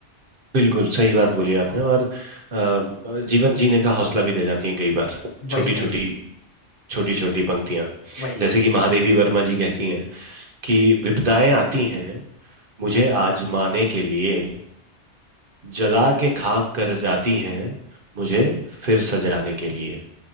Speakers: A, on the right (about 55°); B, on the left (about 55°).
A: बिल्कुल सही बात बोली आपने और अ, जीवन जीने का हौसला भी दे जाती हैं कई बार छोटी
B: वही वही
A: छोटी छोटी छोटी पंक्तियां
B: वही
A: जैसे कि महादेवी वर्मा जी कहती हैं कि विपदाएं आती हैं मुझे आजमाने के लिए जला के खाक कर जाती हैं मुझे फिर सजाने के लिए